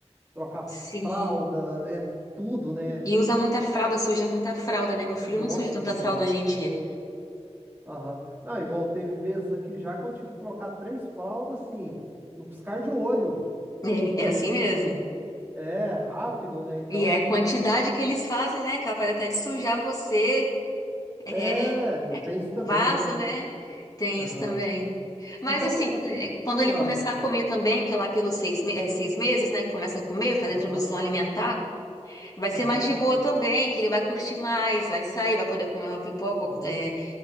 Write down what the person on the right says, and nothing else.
trocar
fralda, é tudo, né?
Nossa
senhora.
Aham. Não, igual teve vezes aqui já que eu tive que trocar três fraldas, assim, no piscar de olho.
É, rápido, né? Então
a
gente.
É,
tem isso
também,
né?
Aham.
Então,
as-
ah,
aham,
aham,
uhum,